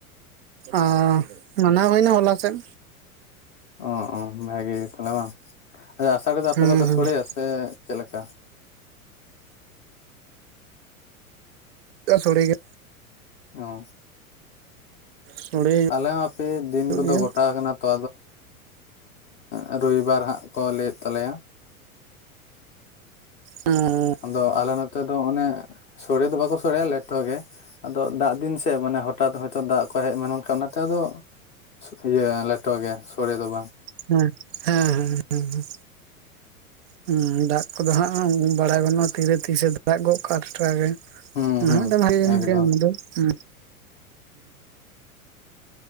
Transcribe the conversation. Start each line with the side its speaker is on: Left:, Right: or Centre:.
Right: ᱚᱸ ᱢᱟᱱᱟᱣ ᱦᱩᱭᱱᱟ ᱦᱚᱞᱟ ᱥᱮᱫ
Left: ᱚ-ᱚ ᱵᱷᱟᱜᱮ ᱜᱮ ᱛᱟᱦᱚᱞᱮ ᱵᱟᱝ ᱟᱪᱷᱟ ᱟᱥᱟᱲᱤᱭᱟᱹ ᱫᱚ ᱟᱯᱮ
Right: ᱦᱩᱸ
Left: ᱫᱚᱯᱮ
Right: ᱦᱩᱸ
Left: ᱥᱲᱮᱭᱟ ᱥᱮ ᱪᱮᱫ ᱞᱮᱠᱟ?
Right: ᱥᱳᱲᱮ ᱜᱮ
Left: ᱦᱚᱸ
Right: ᱥᱚᱲᱮ
Left: ᱟᱞᱮ ᱦᱚᱸ ᱦᱟᱯᱮ ᱫᱤᱱ
Right: ᱦᱩᱭᱩᱜ
Left: ᱠᱚᱫᱚ
Right: ᱜᱮᱭᱟ
Left: ᱜᱚᱴᱟ ᱟᱠᱟᱱᱟ᱾ ᱛᱚ ᱟᱫᱚ ᱨᱚᱵᱤᱵᱟᱨ ᱦᱟᱸᱜ ᱠᱚ ᱞᱟᱹᱭᱮᱫ ᱛᱟᱞᱮᱭᱟ᱾
Right: ᱚᱸᱻ
Left: ᱟᱫᱚ ᱟᱞᱮ ᱱᱚᱛᱮ ᱫᱚ ᱚᱱᱮ ᱥᱳᱲᱮ ᱫᱚ ᱵᱟᱠᱚ ᱥᱳᱲᱮᱭᱟ ᱞᱮᱴᱚ ᱜᱮ ᱟᱫᱚ ᱫᱟᱜ ᱫᱤᱱ ᱥᱮ ᱢᱟᱱᱮ ᱦᱚᱴᱟᱛ ᱦᱭᱛᱳ ᱫᱟᱜ ᱠᱚ ᱦᱮᱡᱠᱷᱟᱱ ᱚᱱᱟᱛᱮ ᱟᱫᱚ ᱤᱭᱟᱹ ᱞᱮᱴᱚ ᱜᱮ ᱥᱳᱲᱮ ᱫᱚ ᱵᱟᱝ
Right: ᱦᱮᱸᱻ ᱦᱮᱸᱻ ᱦᱮᱸᱻ ᱦᱮᱸᱻ ᱦᱸ ᱫᱟᱜ ᱠᱚᱫᱚ ᱦᱟᱸᱜ ᱵᱟᱲᱟᱭ ᱜᱟᱱᱩᱜᱼᱟ ᱛᱤᱨᱮ ᱛᱤᱥᱮ ᱫᱟᱜ ᱜᱚᱫ ᱠᱟᱜ ᱴᱟᱴᱠᱟ ᱜᱮ
Left: ᱦᱩᱸ
Right: ᱚᱱᱟ
Left: ᱦᱩᱸ
Right: ᱦᱚᱸ ᱢᱤᱫᱴ ᱦᱩᱭᱮᱱ
Left: ᱮᱠᱫᱚᱢ
Right: ᱜᱮᱭᱟ ᱚᱱᱟ ᱫᱚ ᱦᱮᱸᱻ